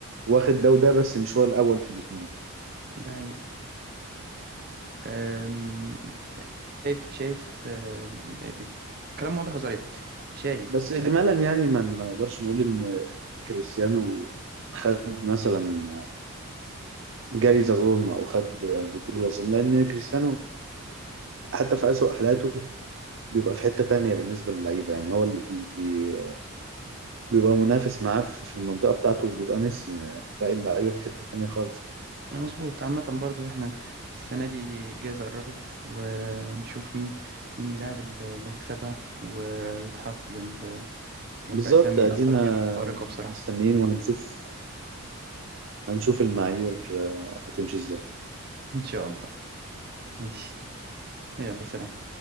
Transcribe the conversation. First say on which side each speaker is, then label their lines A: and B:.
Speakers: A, on the right; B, on the right.
A: واخد ده وده بس مش هو الاول في الاثنين
B: ده حقيقي آم، شايف شايف آم، آه، كلام واضح وصريح شايف
A: بس اجمالا
B: آه،
A: يعني ما ما نقدرش نقول ان كريستيانو خد مثلا جايزه ظلم او خد بطوله ظلم لان كريستيانو حتى في اسوأ حالاته بيبقى في حته تانية بالنسبه للعيبه يعني هو اللي بي- بيبقى منافس معاه في في المنطقه بتاعته بيبقى ميسي يعني باقي اللعيبه في حته تانية خالص
B: مظبوط عامة برضو احنا السنة دي الجائزة قربت ونشوف مين مين اللاعب اللي اللي هيكسبها ويتحط جنب جنب
A: بالظبط
B: أسامي
A: ادينا
B: أساطير خارقة بصراحة
A: مستنيين وهنشوف هنشوف المعايير آه، هتمشي ازاي
B: <laughs> إن شاء الله ماشي يلا سلام